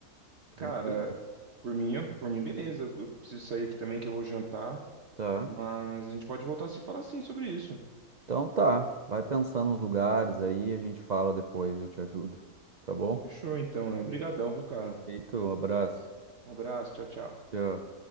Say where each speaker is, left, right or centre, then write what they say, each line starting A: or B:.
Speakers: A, on the right; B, on the right.
A: Tranquilo.
B: Cara, por mim, por mim, beleza. Eu, eu preciso sair aqui também que eu vou jantar.
A: Tá.
B: Mas a gente pode voltar a se falar sim sobre isso.
A: Então tá. Vai pensando nos lugares aí, a gente fala depois, eu te ajudo. Tá bom?
B: Fechou então, né? Obrigadão, viu, cara?
A: Feito, um abraço.
B: Abraço, tchau, tchau.
A: Tchau.